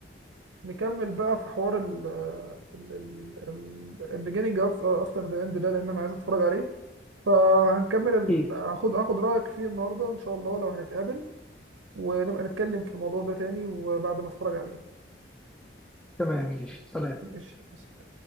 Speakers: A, on the right; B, in the centre.
A: نكمل بقى في حوار ال ال ال ال beginning of after the end ده لان انا عايز اتفرج عليه فهنكمل ال-
B: كيف
A: هاخد هاخد رايك فيه النهارده ان شاء الله لو هنتقابل ونبقى نتكلم في الموضوع ده تاني وبعد ما اتفرج عليه
B: تمام ماشي سلام
A: ماشي